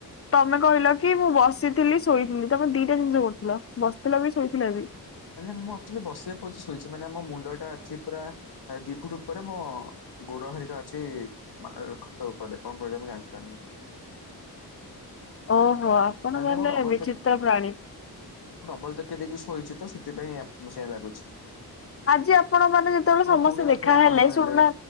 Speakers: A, on the left; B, on the left.
A: ତମେ କହିଲ କି ମୁଁ ବସିଥିଲି ଶୋଇଥିଲି ତମେ ଦିଟା ଜିନିଷ କରୁଥିଲ? ବସିଥିଲ ବି ଶୋଇଥିଲ ବି।
B: ମାନେ ମୁଁ ଆକ୍ଚୁଆଲି ବସିବା ପୋଜ୍ ରେ ଶୋଇଚି ମାନେ ଆମ ମୁଣ୍ଡ ଟା ଅଛି ପୁରା ଦି ଫୁଟ ଉପରେ ମୋ ଗୋଡ ହରିକା ଅଛି ଖଟ ଉପରେ। କଣ କହିଲ ମୁଁ ଜାଣିପାରୁନି।
A: ଓହୋ ଆପଣ
B: ମାନେ
A: ଗଲେ
B: ମୁଁ ଡବଲ
A: ବିଚିତ୍ର ପ୍ରାଣୀ।
B: କିଆ କେତକି ଶୋଇଛି ତ। ସେଥିପାଇଁ ଆପଙ୍କୁ ସେୟା ଲାଗୁଚି।
A: ଆଜି ଆପଣ ମାନେ ଯେତେବେଳେ ସମସ୍ତେ
B: ପୁଣି
A: ଦେଖାହେଲେ
B: ଆଉଥରେ ଆପଣ କହିଲେ
A: ଶୁଣୁ ନା